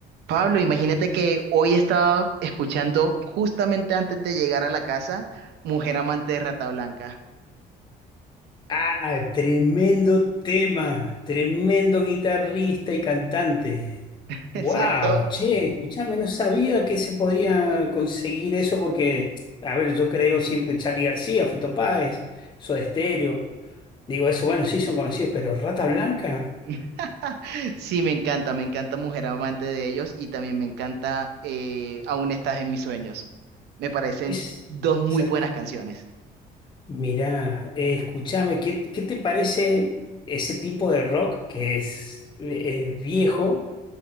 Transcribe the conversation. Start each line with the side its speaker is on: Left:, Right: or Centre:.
Right: Pablo, imagínate que hoy estaba escuchando justamente antes de llegar a la casa, Mujer Amante de Rata Blanca,
Left: Ah, tremendo tema, tremendo guitarrista y cantante.
Right: <laughs> ¿es
Left: Wow,
Right: cierto?
Left: che, escuchame, no sabía que se podía conseguir eso porque, a ver, yo creo siempre Charly García, Fito Páez, Soda Stereo. Digo, eso, bueno, sí son conocidos, pero Rata Blanca
Right: <laughs> Sí, me encanta, me encanta Mujer Amante de ellos y también me encanta eh, Aún estás en mis sueños. Me parecen
Left: es.
Right: dos muy
Left: esa
Right: buenas
Left: no-
Right: canciones.
Left: Mirá, eh, escuchame, ¿qué, qué te parece ese tipo de rock que es, eh, es viejo?